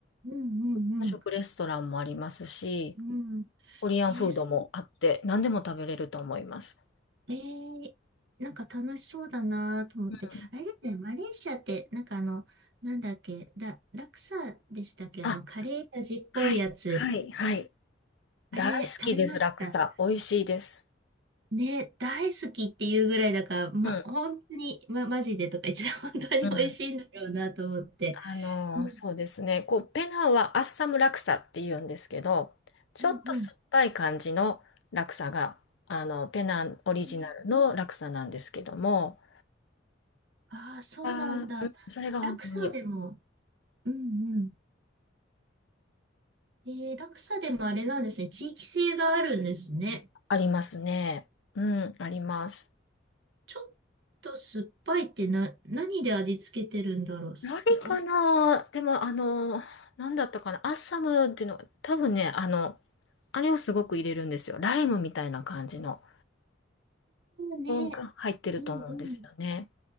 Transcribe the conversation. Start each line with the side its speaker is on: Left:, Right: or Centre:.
Right: うん、う
Left: 日本食レストランもありますし、
Right: ん、うん。うん、
Left: コリアンフードもあって、
Right: えー、そう
Left: 何でも食べれると思います。
Right: えー、なんか楽しそうだなと思って。
Left: うん。
Right: あれですね、マレーシアって、なんかあの、なんだっけ、ラ、ラクサでしたっけ、
Left: あ、
Right: あの、カレー味っぽいやつ。
Left: はい、はい、はい。
Right: あれ、
Left: 大好きです、
Right: 食べました。
Left: ラクサ。美味しいです。
Right: ね、大好きっていうぐらいだから、ま、
Left: うん、
Right: 本当に、ま、マジでとか言っちゃう、<laughs> 本当に美味しいんだろうなと思って。
Left: うん。あの、
Right: うん、
Left: そうですね。こう、ペナンはアッサムラクサって言うんですけど、ちょっと酸っぱい感じのラクサが、
Right: うん、うん。
Left: あの、ペナンオリジナルのラクサなんですけども、
Right: えー、ああ、そうなんだ。
Left: あーうんそれが本当に
Right: ラクサでも、うん、うん。えー、ラクサでもあれなんですね、地域性があるんですね。
Left: ありますね。うん、あります。
Right: ちょっと酸っぱいってな、何で味付けてるんだろう。酸っぱい。
Left: 何かなでも、
Right: お酢、
Left: あの、なんだったかなアッサムっていうのが、多分ね、あの、あれをすごく入れるんですよ。ライムみたいな感じの、
Right: ね。
Left: が入ってると思うんですよね。
Right: うんうん。